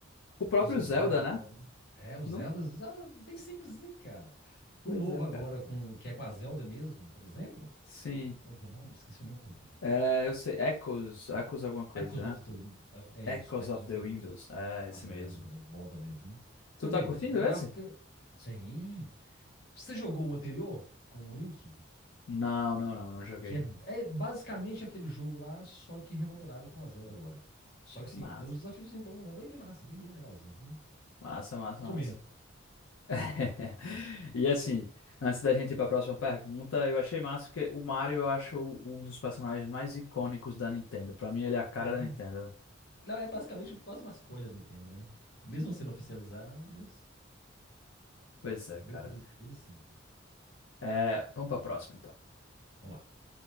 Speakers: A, on the left (about 80°); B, on the left (about 50°).
A: O próprio
B: vislumbrante
A: Zelda, né?
B: e tal. né? É, o
A: Não?
B: Zelda, Zelda é bem simplesinho, cara. O
A: Pois
B: novo
A: é,
B: agora,
A: cara.
B: com, que é com a Zelda mesmo, por exemplo,
A: Sim.
B: que, qual que é o nome, esqueci o nome, velho.
A: É, eu sei. Echoes, Echoes alguma coisa,
B: Echoes of
A: né?
B: the Windows, é é
A: Echoes
B: isso, Echoes
A: of
B: of
A: the
B: the
A: Windows.
B: Windows.
A: É,
B: Você
A: esse
B: tá jogando
A: mesmo.
B: também, bom também, viu? Você
A: Tu
B: vê,
A: tá curtindo
B: o gráfico,
A: esse?
B: é- sim. Você jogou o anterior com o Link?
A: Não, não, não. Não joguei,
B: Que
A: não.
B: é, é basicamente aquele jogo lá, só que remodelado e com a Zelda agora. Só que assim,
A: Massa,
B: tem uns desafios bons, é bem, bem massa, bem, bem legalzinho, viu?
A: massa, massa,
B: Recomendo.
A: massa. <laughs> E assim, antes da gente ir para a próxima pergunta, eu achei massa que o Mario eu acho um dos personagens mais icônicos da Nintendo. Para mim, ele é a cara
B: É.
A: da Nintendo.
B: Ele é basicamente quase o mascote da Nintendo, né? Mesmo sendo oficializado, mas
A: Pois é,
B: bem,
A: cara.
B: pare- bem assim.
A: É, vamos para a próxima, então.
B: Vamos lá.